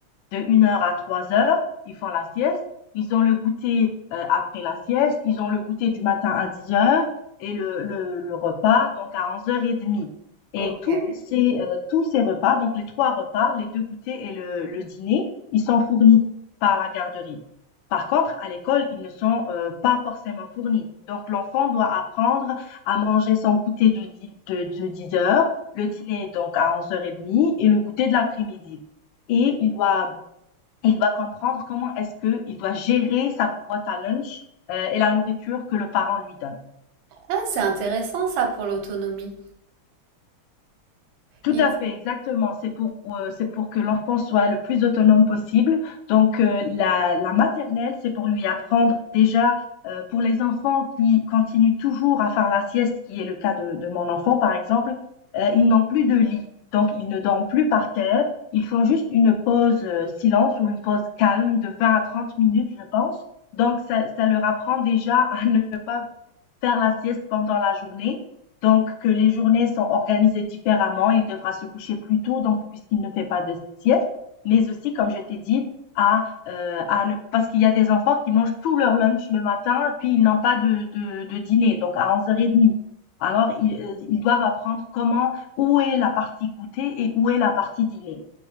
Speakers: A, on the left (about 75°); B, on the right (about 70°).
A: de une heure à 3 heures, ils font la sieste. Ils ont le goûter euh, après la sieste. Ils ont le goûter du matin à 10 heures et le, le, le repas donc à 11h30.
B: Ok.
A: Et tous ces, euh, tous ces repas, donc les trois repas, les deux goûters et le, le dîner, ils sont fournis par la garderie. Par contre, à l'école, ils ne sont euh, pas forcément fournis. Donc, l'enfant doit apprendre à manger son goûter du de, de 10 heures, le dîner donc à 11h30 et le goûter de l'après-midi. Et il doit il doit comprendre comment est-ce qu'il doit gérer sa boîte à lunch euh, et la nourriture que le parent lui donne.
B: Ah, c'est intéressant ça pour l'autonomie.
A: Tout
B: Il-
A: à fait, exactement. C'est pour, heu, c'est pour que l'enfant soit le plus autonome possible. Donc, heu, la la maternelle, c'est pour lui apprendre déjà, heu, pour les enfants qui continuent toujours à faire la sieste, qui est le cas de de mon enfant, par exemple, heu, ils n'ont plus de lit. Donc ils ne dorment plus par terre. Ils font juste une pause, heu, silence ou une pause calme de 20 à 30 minutes, je pense. Donc ça ça leur apprend déjà à ne pas faire la sieste pendant la journée. Donc, que les journées sont organisées différemment. Il devra se coucher plus tôt, donc, puisqu'il ne fait pas de sieste. Mais aussi, comme je t'ai dit, à, euh, à ne, parce qu'il y a des enfants qui mangent tout leur lunch le matin, puis ils n'ont pas de, de, de, dîner, donc à 11h30. Alors, ils, euh, ils doivent apprendre comment, où est la partie goûter et où est la partie dîner.